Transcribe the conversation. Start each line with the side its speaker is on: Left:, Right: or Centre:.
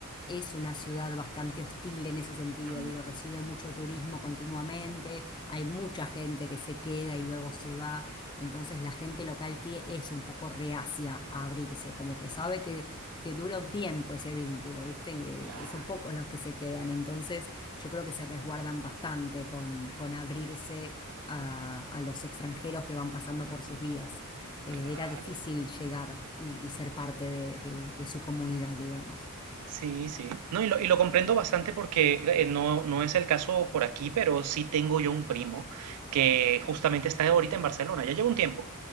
Left: es una ciudad bastante hostil en ese sentido,
Right: mm,
Left: digo, recibe mucho turismo continuamente, hay mucha gente que se queda y luego se va, entonces la gente local tie- es un poco reacia a abrirse, como que sabe que... que dura un tiempo ese vínculo, ¿viste?
Right: claro,
Left: Que son pocos los que se quedan, entonces yo creo que se resguardan bastante con, con abrirse a, a los extranjeros que van pasando por sus vidas. Eh,
Right: claro.
Left: era difícil llegar y, y ser parte de, de- de su comunidad, digamos.
Right: Sí, sí. No, y lo, y lo comprendo bastante porque eh, no, no es el caso por aquí, pero sí tengo yo un primo que justamente está ahorita en Barcelona, ya lleva un tiempo,